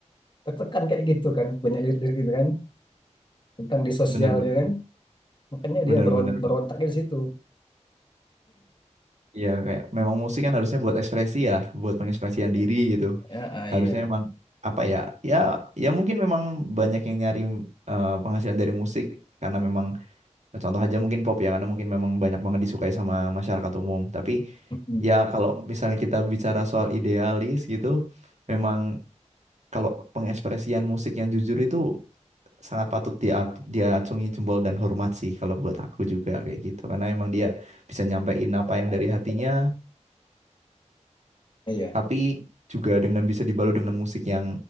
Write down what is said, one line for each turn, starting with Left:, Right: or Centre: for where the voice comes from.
Left: tertekan kayak gitu kan, banyak lirik-lirik gitu kan tentang di sosialnya
Right: bener-bener.
Left: kan. Makanya
Right: Bener-bener.
Left: dia beron- berontaknya di situ.
Right: Iya kayak memang musik kan harusnya buat ekspresi ya, buat pengekspresian diri gitu.
Left: Ya, ah, iya.
Right: Harusnya emang apa ya? Ya ya mungkin memang banyak yang nyari eh, penghasilan dari musik karena memang Contoh aja mungkin pop ya, karena mungkin memang banyak banget disukai sama masyarakat umum. Tapi
Left: Mm-mm.
Right: ya kalau misalnya kita bicara soal idealis gitu, memang kalau pengekspresian musik yang jujur itu sangat patut dia diacungi jempol dan hormat sih kalau buat aku juga kayak gitu. Karena emang dia bisa nyampein apa yang dari hatinya,
Left: Iya.
Right: tapi juga dengan bisa dibalut dengan musik yang